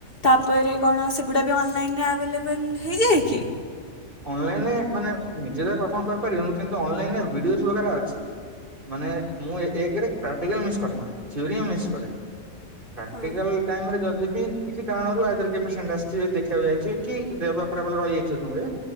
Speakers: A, on the left; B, on the right.
A: ତାପରେ କଣ ସେଗୁଡ଼ା ବି ଅନଲାଇନରେ ଆଭେଲେବଲ୍ ହେଇଯାଏ କି।
B: ଅନଲାଇନ ମାନେ ନିଜେ ତ ପସନ୍ଦ କରିପାରନୁ କିନ୍ତୁ ଅନଲାଇନ ଭିଡିଓ ସୁବିଧାଟା ଅଛି। ମାନେ ମୁଁ ଏକ ପ୍ରାକ୍ଟିକାଲ ମିସ୍ କରେନା ଥିୟରିମ୍ ମିସ୍ କରେ। ପ୍ରାକ୍ଟିକାଲ
A: ହଁ।
B: ଟାଇମରେ ଯଦି ବି କିଛି କାରଣରୁ ଆଇଦର କିଏ ପେସେଣ୍ଟ ଆସିଥିବେ ଦେଖିବାକୁ ଯାଇଥିବେ କି ଦେହ ପା ଖରାପ ହେଲେ ରହିଯାଇଥିବ ରୁମ୍ ରେ।